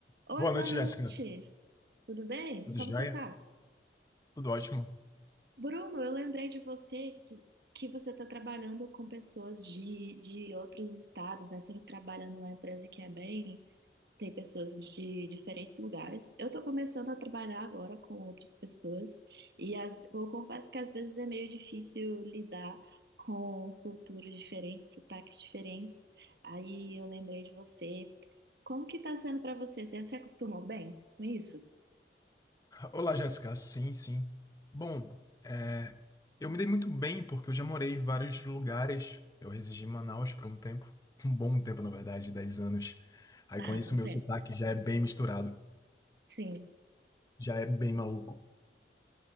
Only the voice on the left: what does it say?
Boa
noite,
Jéssica.
Tudo
jóia?
Tudo ótimo.
Olá, Jéssica. Sim, sim. Bom, é, eu me dei muito bem porque eu já morei em vários lugares. Eu residi em Manaus por um tempo, <laughs> um bom tempo, na verdade, 10 anos. Aí
com isso,
meu
sotaque já é bem misturado,
já é bem maluco.